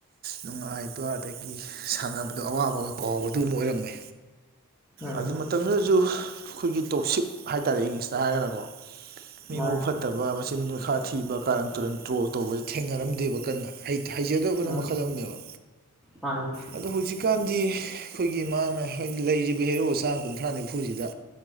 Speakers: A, on the right (about 45°); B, in the centre.
A: ꯅꯨꯡꯉꯥꯏꯕ ꯑꯗꯥꯒꯤ ꯁꯥꯟꯅꯕꯗꯥ ꯑꯋꯥꯕꯒꯥ ꯀꯥꯎꯕꯗꯨꯨꯝꯕ ꯑꯣꯏꯔꯝꯃꯦ
B: ꯎꯝ
A: ꯑꯗꯨ ꯃꯇꯝꯗꯨꯗꯁꯨ ꯑꯩꯈꯣꯏꯒꯤ ꯇꯣꯛꯁꯤꯛ ꯍꯥꯏꯇꯥꯔꯦ ꯏꯪꯂꯤꯁꯇꯒꯥ ꯍꯥꯏꯔꯒꯅꯀꯣ꯫ ꯃꯤ
B: ꯃꯥꯅꯤ
A: ꯃꯕꯨꯛ ꯐꯠꯇꯕ ꯃꯆꯤꯟ ꯃꯈꯈꯥ ꯊꯤꯕ ꯀꯥꯔꯟ ꯇꯨꯔꯟ ꯇ꯭ꯔꯣꯜ ꯇꯧꯕꯥ ꯇꯧꯕꯗꯤ ꯊꯦꯡꯅꯔꯝꯗꯦꯕꯥ ꯀꯟꯅ ꯍꯩꯖꯗꯕꯅꯥ
B: ꯎꯝ
A: ꯃꯈꯜ ꯑꯃꯅꯦꯕꯥ꯫
B: ꯃꯥꯅꯤ
A: ꯑꯗꯣ ꯍꯧꯖꯤꯛꯀꯥꯟꯗꯤ ꯑꯩꯈꯣꯏꯒꯤ ꯃꯥꯅꯥ ꯂꯩꯔꯤꯕꯥ ꯍꯦꯔꯣ ꯆꯥꯝ ꯀꯨꯟꯊ꯭ꯔꯥ ꯅꯤꯐꯨꯁꯤꯗꯥ꯫